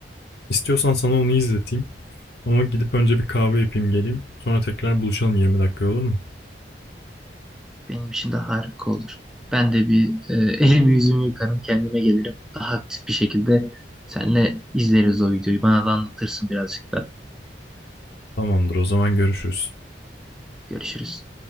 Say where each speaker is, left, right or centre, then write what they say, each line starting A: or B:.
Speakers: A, on the left; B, in the centre.
A: İstiyorsan sana onu izleteyim. Ama gidip önce bir kahve yapayım geleyim. Sonra tekrar buluşalım 20 dakika olur mu?
B: Benim için de harika olur. Ben de bir e, <laughs> elimi yüzümü yıkarım, kendime gelirim. Daha aktif bir şekilde seninle izleriz o videoyu. Bana da anlatırsın birazcık da.
A: Tamamdır o zaman görüşürüz.
B: Görüşürüz.